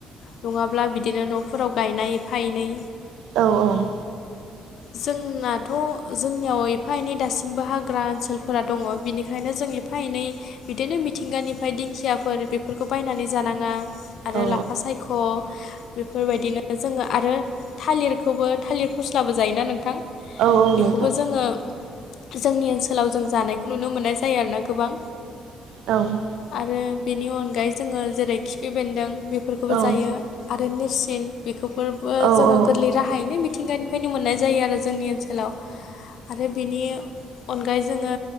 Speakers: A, on the left (about 75°); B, on the right (about 85°).
A: नङाब्ला बिदिनो न'फोराव गायनाय एफा एनै
B: औ औ
A: जोंनाथ' जोंनियाव एफा एनै दासिमबो हाग्रा ओनसोलफोरा दङ बिनिखायनो जों ए एफा एनै बिदिनो मिथिंगानिफ्राय दिंखियाफोर बेफोरखौ बायनानै जानाङा आरो
B: औ
A: लाफा साय ख' बेफोरबायदिनो जोङो आरो थालिरखौबो थालिर फस्ला बो जायोना नोंथां
B: औ औ
A: बेखौबो
B: नोंथां
A: जोङो जोंनि ओनसोलाव जों जानायखौ नुनो मोननाय जायो आरोना गोबां
B: औ
A: आरो बेनि अनगायै जोङो जेरै खिफि बेन्दों बेफोरखौबो
B: औ
A: जायो आरो नेरसिं बेखौफोरबो
B: औ
A: जोङो
B: औ
A: गोरलै राहायैनो मिथिंगानि बेफैनो मोननाय जायो आरो जोंनि ओनसोलाव आरो बिनि अनगायै जोङो